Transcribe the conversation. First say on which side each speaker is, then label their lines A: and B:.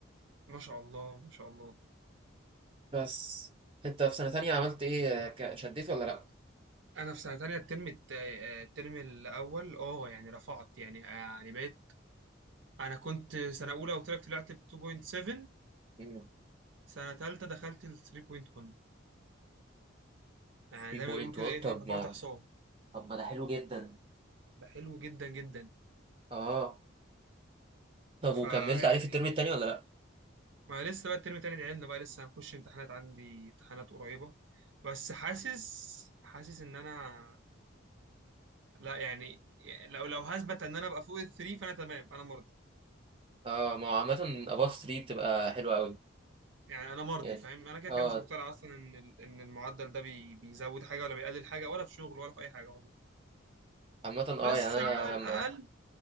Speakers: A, on the right (about 70°); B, on the right (about 25°).
A: ما شاء الله ما شاء الله
B: بس أنت في سنة تانية عملت إيه ك- شديت ولا لأ؟
A: انا في سنة تانية الترم الت- آه، الترم الاول اه يعني رفعت يعني آه، يعني بقيت انا كنت سنة اولى قلت لك طلعت ب 2.7
B: مم،
A: سنة تالتة دخلت ل 3.1 يعني
B: 3.1
A: زي ما بيقولوا كده ايه
B: طب
A: فاهم رفعت
B: ما
A: حصان
B: طب ما ده حلو جدا
A: ده حلو جدا جدا
B: آه طب
A: فيعني
B: وكملت عليه في الترم التاني ولا لأ؟
A: ما لسه بقى الترم التاني لعلنا بقى لسه هنخش امتحانات عندي امتحانات قريبة بس حاسس حاسس ان انا لا يعني لو لو هثبت ان انا ابقى فوق الثري فانا تمام انا مرضي
B: آه ما هو عامة above 3 بتبقى حلوة أوي
A: يعني انا مرضي
B: يعني
A: فاهم انا كده
B: آه
A: كده مش مقتنع اصلا ان ال- ان المعدل ده بي بيزود حاجة ولا بيقلل حاجة ولا في شغل ولا في اي حاجة والله
B: عامة آه
A: بس
B: يعني أنا
A: على الاقل
B: لما